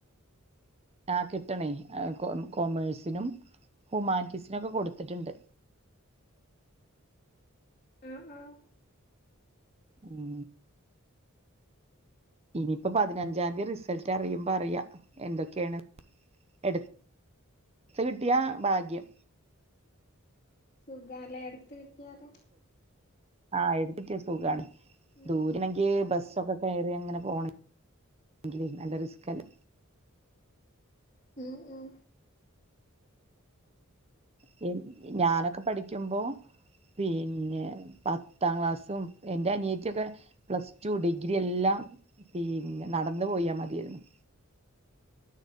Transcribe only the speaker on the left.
ആഹ് ആഹ്
സു വിലെ എടുത്ത് കിട്ടിയാല്
ഉം
ഉം
ഉം ഉം